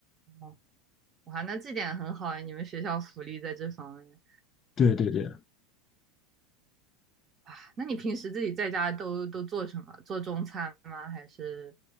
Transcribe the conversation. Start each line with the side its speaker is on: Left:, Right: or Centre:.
Right: 话，哇，那这点很好啊，你们学校福利在这方面。
Left: 对对对，
Right: 啊，那你平时自己在家都都做什么？做中餐吗？还是